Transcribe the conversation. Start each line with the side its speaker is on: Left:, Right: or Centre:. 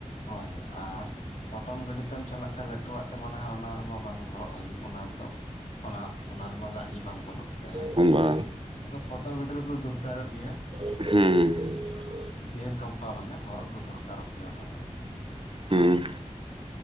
Left: ᱦᱳᱭ ᱟᱨ ᱯᱚᱴᱚᱢ ᱜᱟᱹᱰᱤ ᱛᱮᱢ ᱪᱟᱞᱟᱜ ᱠᱷᱟᱱ ᱞᱟᱹᱴᱩᱣᱟᱜ ᱛᱮᱢᱟ ᱱᱟᱦᱟᱜ ᱚᱱᱟ ᱨᱮᱢᱟ ᱵᱟᱝ ᱦᱚᱨᱚᱜ ᱦᱩᱭᱩᱜ ᱚᱱᱟ ᱾ ᱱᱤᱛᱚᱜ ᱚᱱᱟ ᱚᱱᱟ ᱨᱮᱢᱟ ᱫᱟᱜ ᱜᱮ ᱵᱟᱝ ᱵᱚᱞᱚᱜ ᱛᱟᱦᱮᱱ
Right: ᱦᱳᱭ
Left: ᱾
Right: ᱵᱟ
Left: ᱟᱫᱚ ᱯᱳᱴᱳᱢ ᱜᱟᱹᱰᱤ ᱨᱮᱫᱚ ᱫᱚᱨᱠᱟᱨᱚᱜ ᱜᱮᱭᱟ ᱾
Right: ᱦᱮᱸ,
Left: ᱫᱮᱠᱟᱢᱯ ᱢᱟᱱᱮ ᱦᱚᱨᱚᱜ ᱫᱚ ᱫᱚᱨᱠᱟᱨᱚᱜ ᱜᱮᱭᱟ ᱚᱱᱟ ᱫᱚ ᱾
Right: ᱦᱮᱸ,